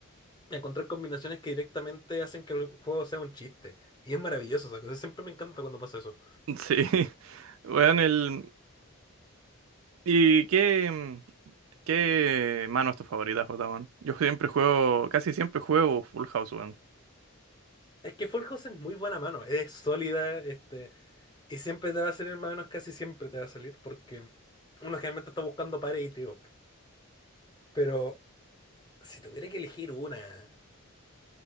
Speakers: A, on the left; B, on the right.
A: encontrar combinaciones que directamente hacen que el juego sea un chiste. Y es maravilloso esa cosa. Siempre me encanta cuando pasa eso.
B: <laughs> weón, el, ¿Y qué, qué mano es tu favorita, Jota, weón? Yo siempre juego, casi siempre juego Full House, weón.
A: Es que Fall House es muy buena mano. Es sólida, este, y siempre te va a salir más o menos casi siempre te va a salir. Porque uno generalmente está buscando pares y tríos. Pero si tuviera que elegir una,